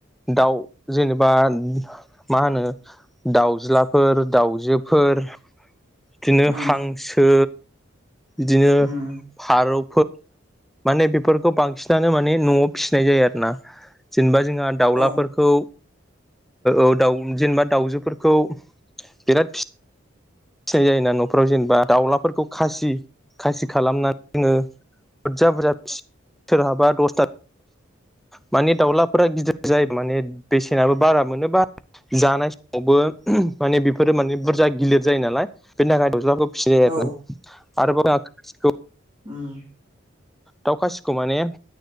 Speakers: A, in the centre; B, on the right.
A: दाउ जेनेबा मा होनो दाउज्ला फोर दाउजोफोर बिदिनो
B: उम
A: हांसो बिदिनो
B: उम
A: फारौफोर माने बेफोरखौ बांसिनानो माने न'आव फिसिनाय जायो आरो ना जेनेबा जोंहा दाउलाफोरखौ
B: औ
A: औ दाउ जेनेबा दाउजोफोरखौ बिराद फि फिनाय जायोना न'फ्राव जेनेबा दाउलाफोरखौ खासि खासि खालामनानै जोंङो बुरजा बुरजा सोरहाबा दसथा माने दाउलाफोरा गिदिर जायो माने बेसेनाबो बारा मोनोबा जानाय समावबो माने बेफोरो माने बुरजा गिलिर जायो नालाय बेनि थाखाय दाउलाफोरखौ सिरि
B: औ
A: आरो <unintelligible>
B: उम
A: दाउ खासिखौ माने